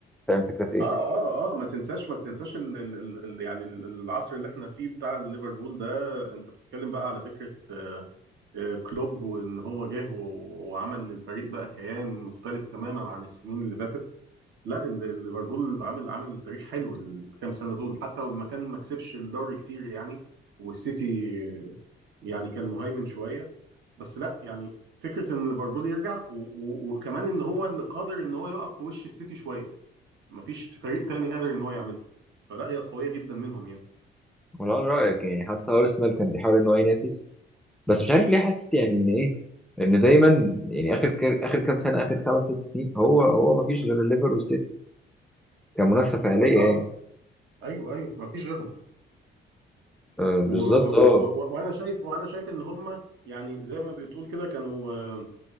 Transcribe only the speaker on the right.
اه اه اه ما تنساش ما تنساش ال... ال... ال... ال- يعني ال- العصر اللي احنا فيه بتاع ليفربول ده انت بتتكلم بقى على فكره آه، آه، كلوب وان هو جه و... وعمل للفريق بقى كيان مختلف تماما عن السنين اللي فاتت لا ال- ال- ليفربول عامل عامل تاريخ حلو الكام سنه دول حتى لما كان ما كسبش الدوري كتير يعني والسيتي يعني كان مهيمن شويه بس لا يعني فكره ان ليفربول يرجع و- و- وكمان ان هو اللي قادر ان هو يقف في وش السيتي شويه ما فيش فريق تاني قادر ان هو يعملها فلا هي قويه جدا منهم يعني
اه
ايوه ايوه ما فيش غيرهم
و-
و- و-
و- وانا شايف وانا شايف ان هم يعني زي ما بتقول كده كانوا آه،